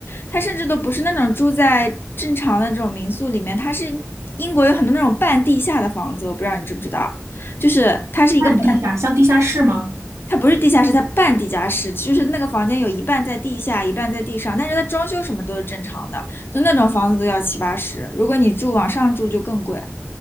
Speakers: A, on the left (about 45°); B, on the right (about 65°).
A: 它甚至都不是那种住在正常的这种民宿里面，它是英国有很多那种半地下的房子，我不知道你知不知道，就是它是一个半
B: 半地下，像地下室吗？
A: 它不是地下室，它半地下室，就是那个房间有一半在地下，一半在地上，但是它装修什么都是正常的，就那种房子都要七八十，如果你住往上住就更贵。